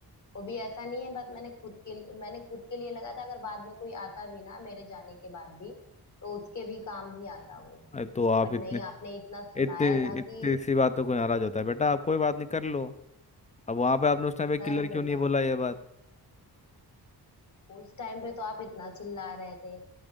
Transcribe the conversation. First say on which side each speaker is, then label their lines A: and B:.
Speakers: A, on the left; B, on the left.
A: वो भी ऐसा नहीं है बस मैंने खुद के लिए- मैंने खुद के लिए लगा था अगर बाद में कोई आता भी ना मेरे जाने के बाद भी तो उसके भी काम ही आता वो
B: अरे तो आप
A: बट
B: इतने
A: नहीं आपने इतना सुनाया
B: इतने
A: था
B: इतनी
A: कि
B: सी बातों को नाराज होता है बेटा आप कोई बात नहीं कर लो अब वहां पे आपने उस टाइम पे किलर
A: कर
B: क्यों
A: लो
B: नहीं
A: क्या
B: बोला
A: होता
B: ये
A: है
B: बात
A: उस उस टाइम पे तो आप इतना चिल्ला रहे थे